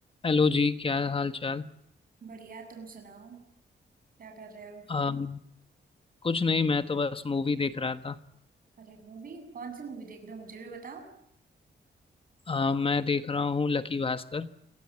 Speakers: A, on the left; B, on the right.
A: Hello जी क्या हाल चाल
B: बढ़िया तुम सुनाओ क्या कर रहे हो
A: अम, कुछ नहीं मैं तो बस मूवी देख रहा था
B: अरे मूवी कौन सी मूवी देख रहे हो मुझे भी बताओ
A: अम, मैं देख रहा हूँ लकी भास्कर